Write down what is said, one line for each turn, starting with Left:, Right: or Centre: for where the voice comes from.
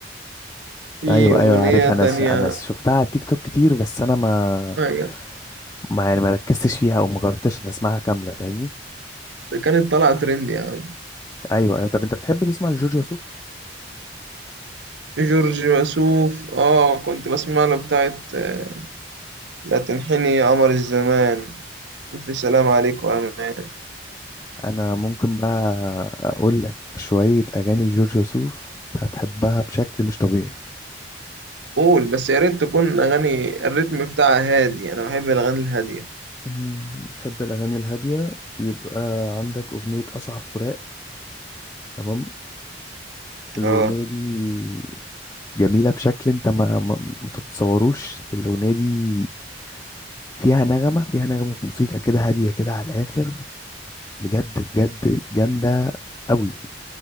Right: في
Left: ايوه
Right: أغنية
Left: ايوه عارف انا
Right: تانية
Left: س... انا شفتها على تيك توك كتير بس انا ما
Right: أيوة
Left: ما يعني ما ركزتش فيها او ما جربتش ان اسمعها كامله فاهمني
Right: ده كانت طالعة ترند يا عم
Left: ايوه ايوه طب انت بتحب تسمع لجورج وسوف
Right: جورج وسوف اه كنت بسمع له بتاعت آه، لا تنحني يا قمر الزمان ألف سلام عليك وأمان
Left: انا ممكن بقى اقول لك شويه اغاني لجورج وسوف هتحبها بشكل مش طبيعي
Right: قول بس يا ريت تكون أغاني الريتم بتاعها هادي أنا بحب الأغاني الهادية
Left: مم، بتحب الاغاني الهاديه يبقى عندك اغنيه اصعب فراق تمام الاغنيه
Right: اه
Left: دي جميله بشكل انت ما ما ما تتصوروش الاغنيه دي فيها نغمه فيها نغمه موسيقى كده هاديه كده على الاخر بجد بجد جامده قوي